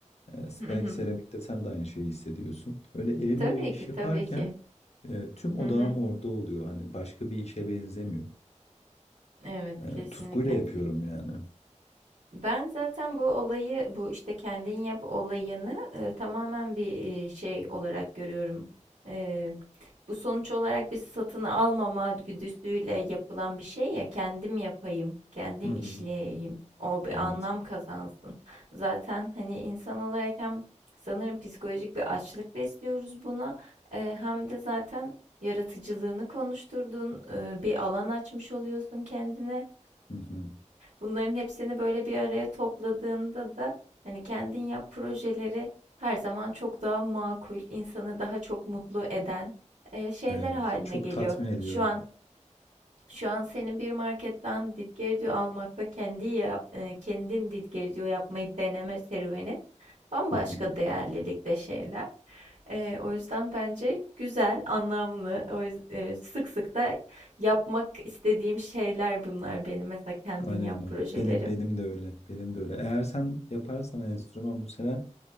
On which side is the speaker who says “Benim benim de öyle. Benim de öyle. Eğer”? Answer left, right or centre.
Left